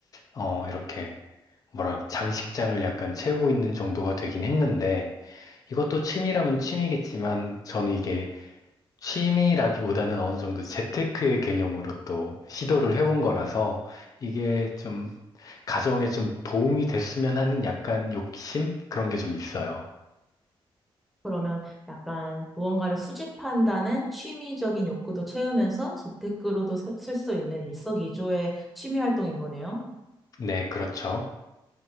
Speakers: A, on the left; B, in the centre.
A: 어, 이렇게 뭐라 장식장을 약간 채우고 있는 정도가 되긴 했는데 이것도 취미라면 취미겠지만 저는 이게 취미라기보다는 어느 정도 재테크의 개념으로 또 시도를 해본 거라서 이게 좀 가정에 좀 도움이 됐으면 하는 약간 욕심? 그런 게 좀 있어요.
B: 그러면 약간 무언가를 수집한다는 취미적인 욕구도 채우면서 재테크로도 쓸 수 있는 일석이조의 취미 활동인 거네요.
A: 네, 그렇죠.